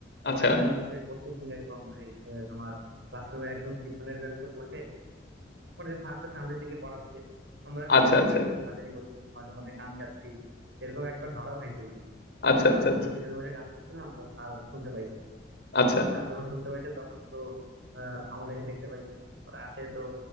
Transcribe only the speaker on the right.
ও
আর আমি হচ্ছে প্রত্যেকদিন এরকম এই এ, তোমার ক্লাসরুমের একদম পিছনের বেঞ্চে বসে ওর যে স্যার তো সামনের দিকে পড়াচ্ছে আমরা পিছনের
দিকে বসে সাতেনি করছি মাঝে মধ্যে গান গাচ্ছি এরকম একবার ধরাও খাইছিলাম
স্যার
আমরা
পিছনে বসে গান গাচ্ছিলাম তো স্যার শুনতে পাইছে
তো স্যার যখন শুনতে পাইছে তখন তো আহ আমাদেরকে দেখতে পাইছে ওরা আসে তো